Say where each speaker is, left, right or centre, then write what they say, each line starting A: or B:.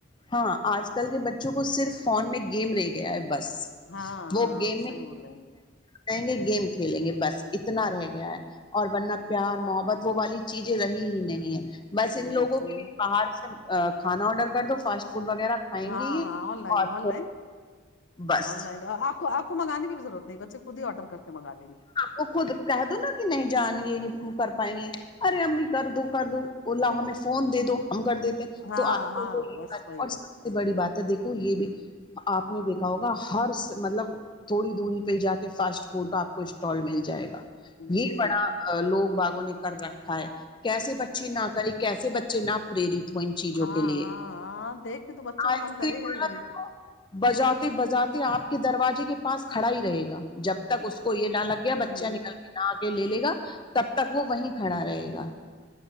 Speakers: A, on the left; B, on the left.
A: ہاں آج کل کے بچوں کو صرف فون میں گیم رہے گیا ہے بس
B: ہاں
A: وہ
B: ہاں
A: گیم
B: صحیح بول رہے
A: بائیں گے گیم کھیلیں گے بس اتنا رہ گیا ہے اور ورنہ پیار محبت وہ والی چیزیں رہی ہی نہیں ہے بس
B: ہیں
A: ان لوگوں
B: جی
A: کے باہر سے کھانا آڈر کر دو فاسٹ فوڈ وغیرہ کھائیں
B: ہاں
A: گے یہ
B: ہاں آن لائن
A: اور
B: آن لائن
A: بس
B: آن لائن آپ کو آپ کو منگانے کی بھی ضرورت نہیں بچے خود ہی اوڈر کر کے منگا لیں گے
A: وہ خود کہہ دوا کہ نہیں جان یہ نہیں کر پیں گے ارے امی کر دو کر دو اللہ ہمیں فون دے دو ہم کر دیتے
B: ہاں
A: تو آج
B: ہاں
A: کل تو
B: بس وہی
A: اور
B: ہے
A: سب سے بڑی بات ہے دیکھو یہ بھی آپ نے دیکھا ہوگا ہر مطلب تھوڑی دوری پہ جا کے فاسٹ فوڈ کا اسٹال مل جائے گا یہ
B: جی
A: بڑا لوگ باغوں نے کر رکھا ہے کیسے بچے نہ کرے کیسے بچے نہ پرلی ان چیزوں
B: ہاں
A: کے لیے
B: ہاں ہاں دیکھ کے تو بچوں
A: آئس
B: کا من کرے
A: کریم
B: گا ہی
A: ایا
B: بھائی
A: دیکھو بجاتے بجاتے آپ کے دروازے کے پاس کھڑا ہی رہے گا جب تک اس کو یہ نہ لگے گیا بچہ
B: جی
A: نکل کے نہ آ کے لے لے گا تب تک وہ وہیں کھڑا رہے گا